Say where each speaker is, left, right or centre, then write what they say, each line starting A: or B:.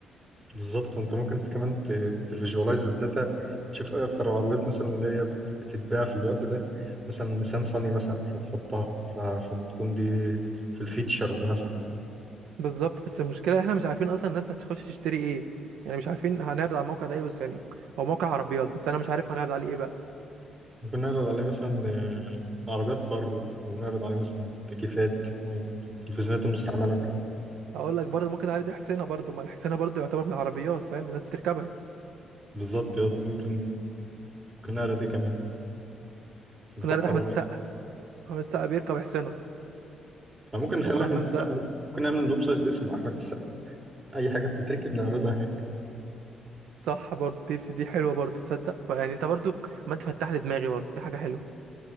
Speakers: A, on the right (about 25°); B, on the right (about 85°).
A: بالظبط وانت ممكن ت- كمان تفيجواليز الداتا تشوف ايه اكتر العربيات مثلا اللي هي بت- بتتباع في الوقت ده مثلا نيسان صني مثلا فتحطها ف- فتكون دي في الفيتشر ده مثلا
B: بالظبط بس المشكله احنا مش عارفين اصلا الناس هتخش تشتري ايه يعني مش عارفين هنعرض على الموقع ده ايه بس يعني هو موقع عربيات بس انا مش عارف هنعرض عليه ايه بقى
A: ممكن نعرض عليه مثلا آه، عربيات كارو او نعرض عليه مثلا تكييفات او تلفزيونات المستعمله وكده
B: اقول لك برضه ممكن عادي حسينه برضه ما الحسينه برضه يعتبر من العربيات فاهم الناس بتركبها
A: بالظبط يا دي. ممكن ممكن نعرض ايه كمان
B: ممكن
A: بفكر
B: عادي احمد
A: والله
B: السقا احمد السقا بيركب حسينه
A: احنا ممكن نخلي
B: فبرضه
A: احمد السقا
B: ده
A: ممكن نعمل ويب سايت باسم احمد السقا اي حاجه بتتركب نعرضها هناك
B: صح برضه دي دي حلوه برضه تصدق يعني انت برضه ما انت فتح لي دماغي برضه دي حاجه حلوه